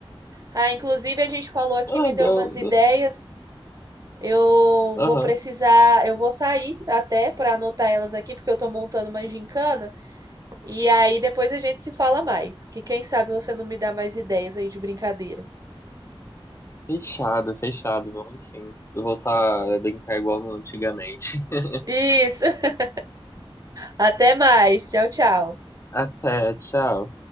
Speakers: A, on the right; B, on the left.
A: Ah, inclusive a gente falou aqui,
B: Ah,
A: me deu
B: deu.
A: umas ideias.
B: deu-
A: Eu
B: Aham.
A: vou precisar, eu vou sair até para anotar elas aqui, porque eu tô montando uma gincana. E aí depois a gente se fala mais, que quem sabe você não me dá mais ideias aí de brincadeiras.
B: Fechado, fechado. Vamos sim. eu Vou voltar a brincar igual no antigamente. <laughs>
A: Isso. <laughs> Até mais. Tchau, tchau.
B: Até, tchau.